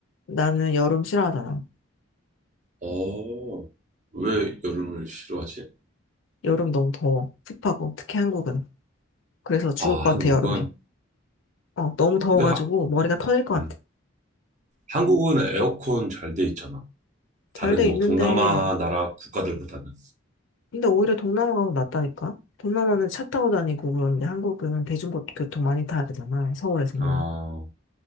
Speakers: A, on the left (about 65°); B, on the right (about 35°).
A: 나는 여름 싫어하잖아.
B: 어, 왜 여름을 싫어하지?
A: 여름 너무 더워. 습하고, 특히 한국은. 그래서 죽을
B: 아,
A: 것
B: 한국은
A: 같아, 여름에. 어, 너무 더워가지고
B: 근데 하,
A: 머리가 터질 것
B: 음,
A: 같아.
B: 한국은 에어컨 잘 돼 있잖아. 다른
A: 잘 돼
B: 동-
A: 있는데,
B: 동남아 나라 국가들보다는.
A: 근데 오히려 동남아가 더 낫다니까? 동남아는 차 타고 다니고 그런데 한국은 대중교통 많이 타야 되잖아, 서울에서는.
B: 아,